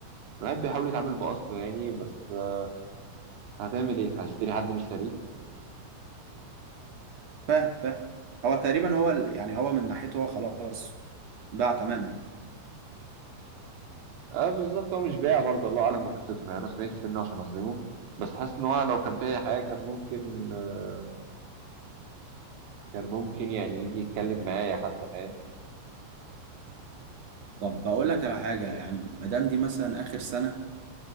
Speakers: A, on the right; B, on the right.
A: الواحد بيحاول يتعامل بأصله يعني بس آه، هتعمل ايه هشتري حد مش شاريه
B: فاهم فاهم هو تقريبا هو ال- يعني هو من ناحيته هو خلاص باع تماما يعني
A: اه بالظبط هو مش بايع برضه الله اعلم بقصته يعني انا ما سمعتش منه عشان اظلمه بس حاسس ان هو لو كان في اي حاجه كان ممكن آه، كان ممكن يعني يجي يتكلم معايا حتى فاهم
B: طب بقول لك على حاجة يعني ما دام دي مثلا آخر سنة